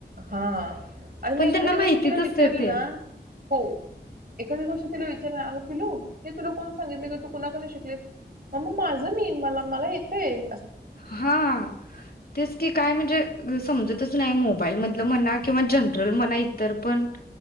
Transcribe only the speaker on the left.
पण
त्यांना माहितीच
असते
ते
हा तेच की काय म्हणजे समजतच नाही मोबाईल मधलं म्हणा किंवा जनरल म्हणा इतर पण